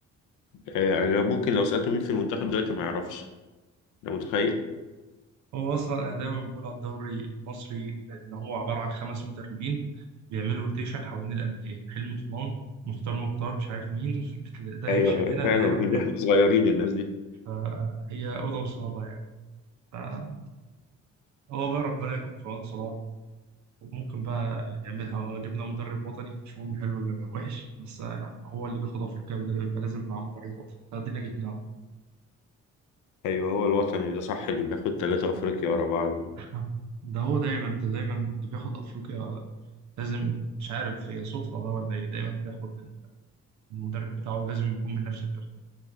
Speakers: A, on the left; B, on the right.
A: آه، يعني ممكن لو سالته مين في المنتخب دلوقتي ما يعرفش ده متخيل
B: هو أصلا أنا دايما بقول على الدوري المصري إن هو عبارة عن خمس مدربين بيعملوا روتيشن حوالين الأندية حلمي طولان مختار مختار مش عارف مين <laughs> ده
A: ايوه
B: يمشي
A: أيوه،
B: من هنا
A: فعلا
B: ده يروح
A: بنروح
B: هنا
A: صغيرين الناس دي
B: فهي أوضة وصالة يعني فهو بقى ربنا يكون في عون صلاح وممكن بقى يعملها لو جبنا مدرب وطني مش مهم حلو ولا وحش بس هو اللي بياخد افريقيا بدل- بيبقى لازم معاه مدرب وطني فادينا جبناه
A: ايوه هو الوطني ده صح اللي بياخد ثلاثة افريقيا ورا بعض
B: <laughs> ده هو دايما ده دايما اللي بياخد افريقيا لازم مش عارف هي صدفه بقى ولا ايه دايما بياخد المدرب بتاعه لازم يكون من نفس البلد